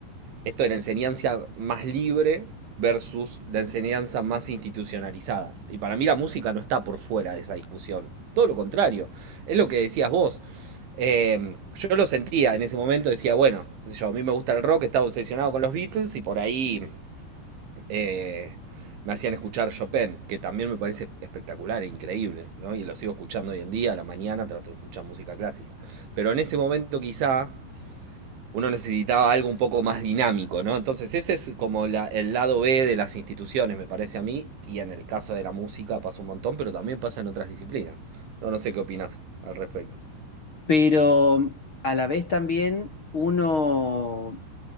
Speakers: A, on the right; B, on the left.
A: esto de la enseñanza más libre versus la enseñanza más institucionalizada. Y para mí la música no está por fuera de esa discusión. Todo lo contrario. Es lo que decías vos. Eh, yo lo sentía en ese momento, decía, bueno, no sé yo, a mí me gusta el rock, estaba obsesionado con los Beatles y por ahí eh, me hacían escuchar Chopin, que también me parece espectacular e increíble, ¿no? Y lo sigo escuchando hoy en día, a la mañana trato de escuchar música clásica. Pero en ese momento quizá uno necesitaba algo un poco más dinámico, ¿no? Entonces ese es como la- el lado B de las instituciones, me parece a mí, y en el caso de la música pasa un montón, pero también pasa en otras disciplinas. No, no sé qué opinas al respecto.
B: Pero a la vez también uno